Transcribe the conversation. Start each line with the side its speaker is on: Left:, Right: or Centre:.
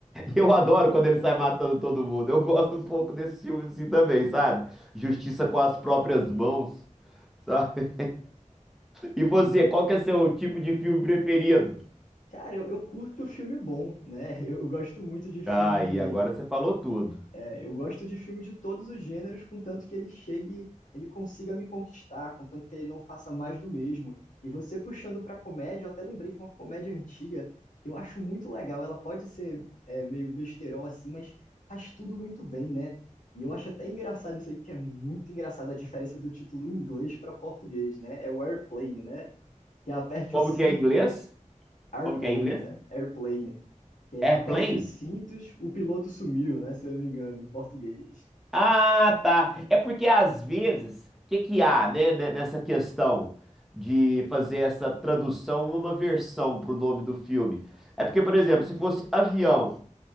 Centre: E eu adoro quando ele sai matando todo mundo. Eu gosto um pouco desse filme assim também, sabe? Justiça com as próprias mãos, sabe? E você,
Left: E,
Centre: qual que é seu tipo de filme preferido?
Left: cara, eu, eu curto filme bom, né? <laughs> Eu, eu gosto muito de filme
Centre: Ah, e agora você falou tudo.
Left: É, eu gosto de filme de todos os gêneros, contanto que ele chegue, ele consiga me conquistar, contanto que ele não faça mais do mesmo. E você puxando para comédia, eu até lembrei de uma comédia antiga que eu acho muito legal. Ela pode ser é, meio besterol assim, mas faz tudo muito bem, né? E eu acho até engraçado isso aí, porque é muito engraçado a diferença do título em inglês para português, né? É o Airplane, né? Que é aperte
Centre: Como
Left: os
Centre: que
Left: cintos,
Centre: é em inglês?
Left: Airplane,
Centre: Como que é em inglês?
Left: né? Airplane. Que é
Centre: Airplane?
Left: aperte os cintos, o piloto sumiu, né? Se eu não me engano, em português.
Centre: Ah, tá. É porque às vezes, o que que há, né, ne- nessa questão de fazer essa tradução uma versão pro nome do filme? É porque, por exemplo, se fosse Avião,